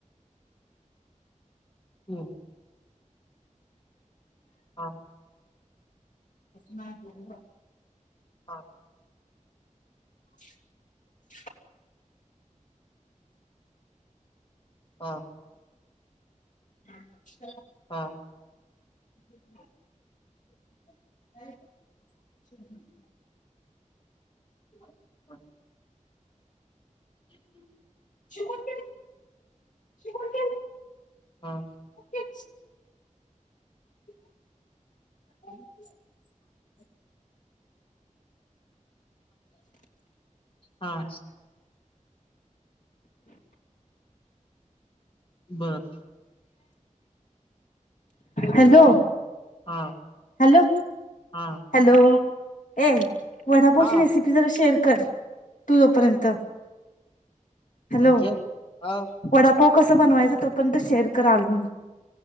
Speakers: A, on the left; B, on the left.
A: हम्म हा
B: <unintelligible>
A: हा
B: <inaudible>
A: हा
B: हा हा चला
A: हा
B: <inaudible>
A: ति नाही ह <inaudible>
B: शी कोण केलंय, शी कोण केलंय?
A: हा
B: तेच <unintelligible>
A: हा बर
B: हॅलो
A: हा
B: हॅलो
A: हा
B: हॅलो ए वडापावची
A: हा
B: रेसिप ती जरा शेअर कर तू तोपर्यंत हॅलो.
A: म्हणजे अ
B: वडापाव कस बनवायचं तोपर्यंत शेअर करा आलो मी.